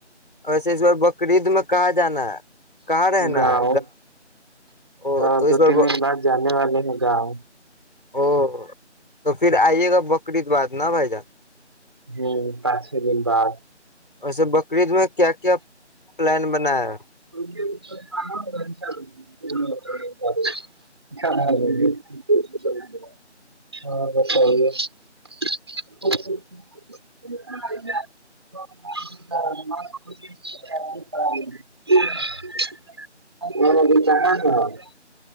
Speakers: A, on the left; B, on the right.
A: ویسے اس بار بقرعید میں کہاں جانا ہے کہاں رہنا
B: گاؤں
A: ہے او
B: ہاں
A: تو اس
B: دو
A: بار
B: تین
A: ب...
B: دن بعد جانے والے ہیں گوں
A: او تو پھر آئیے گا بکرعید باد نا بھائی جان
B: ہوں پانچ چھ دن بعد
A: ویسے بقرعید میں کیا کیا پلان بنایا
B: <inaudible> <inaudible>